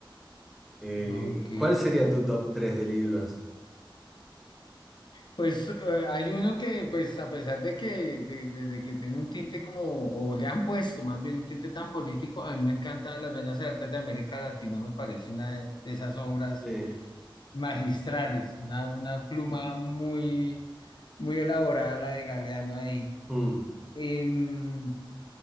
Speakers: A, in the centre; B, on the left (about 60°).
A: Eh,
B: Ok.
A: ¿y ¿cuál sería tu top tres de libros?
B: Pues eh, hay uno que, pues a pesar de que, de, de- de que tiene un tinte como, o le han puesto más bien un tinte tan político, a mí me encanta Las Venas Abiertas de América Latina, me parece una de de esas obras
A: Sí,
B: magistrales, una, una pluma
A: mm,
B: muy, muy elaborada la de Galeano ahí.
A: mm,
B: Em,